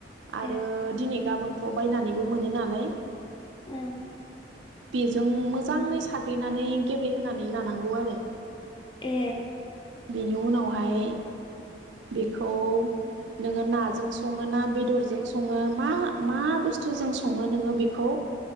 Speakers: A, on the right; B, on the left.
A: आरो
B: ए, उम,
A: दिनै गाबोन थ' बायनानैबो मोनो नालाय।
B: ओम।
A: बेजों मोजाङै साग्लिनानै गेब्लेहोनानै लानांगौ आरो।
B: ए,
A: बेनि उनावहाय बेखौ नोङो नाजों सङो ना बेदरजों सङो मा मा बुस्थुजों सङो नोङो बेखौ